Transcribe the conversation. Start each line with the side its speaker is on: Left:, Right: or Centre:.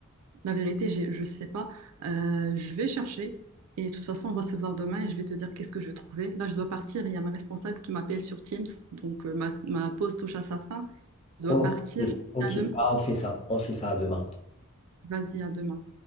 Right: La vérité, j'ai- je sais pas. Euh, je vais chercher et de toute façon, on va se voir demain et je vais te dire qu'est-ce que je trouvais. Là, je dois partir. Il y a ma responsable qui m'appelle sur Teams. Donc, euh, ma, ma pause touche à sa fin. Je
Left: Ok,
Right: dois partir.
Left: ok,
Right: À demain.
Left: Ah, on fait ça, on fait ça demain.
Right: Vas-y, à demain.